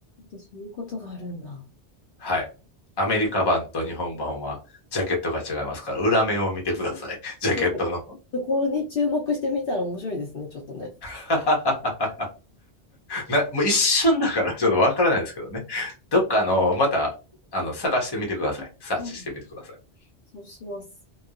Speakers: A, on the left; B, on the left.
A: そういうことがあるんだ。
B: はい。アメリカ版と日本版はジャケットが違いますから、裏面を見てください。ジャケットの。
A: そうだそこに注目してみたら面白いですね、ちょっとね。
B: <laughs> な、もう一瞬だから <laughs> ちょっとわからないですけどね。どっかあの、また、あの、探してみてください。サーチしてみてください。
A: うんそうします。